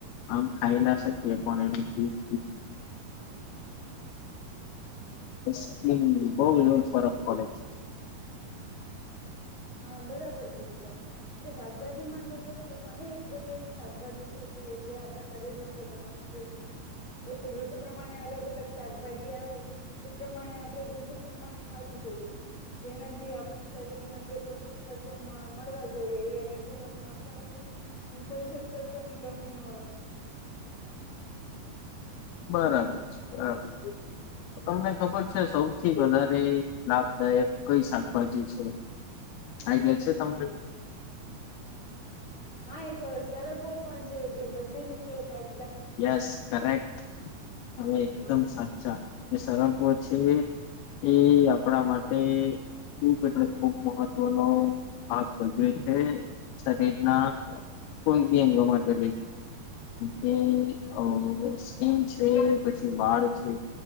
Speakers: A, on the left (about 75°); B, on the left (about 45°).
A: આમ ખાઈ ના શકીએ પણ એનું જ્યુસ <unintelligible> <unintelligible> બહુ એવો ફરક પડે છે.
B: હા બરાબર કીધું તમે આપડે શાકભાજીમાં તો જોઈએ તો ઘણી બધી એ શાકભાજી છે જે આપણા શરીર માટે ઘણી ઉપયોગી છે જે ઋતુ પ્રમાણે અલગ અલગ શાકભાજી આવે એ પ્રમાણે આમ આપણે ઋતુ પ્રમાણે ખાવી જોઈએ જેનાથી આપણે શરીરમાં જે પોષક તત્વ મળવા જોઈએ એ રેગ્યુલર મળતા રહી પોષક તત્વ ની કમી નો આવે
A: બરાબર છે બરાબર. તમને ખબર છે સૌથી વધારે લાભદાયક કઈ શાકભાજી છે આઈડિયા છે તમને? <unintelligible>
B: હા એક સરગવો પણ છે જે બધી રીતે ફાય
A: યસ કરેક્ટ હવે એકદમ
B: હા
A: સાચા સરપો છે એ આપણા માટે એ ખૂબ મહત્વનો ભાગ ભજવે છે શરીર ના કોઈ બી અંગો માટે એ સ્કિન છે પછી વાળ છે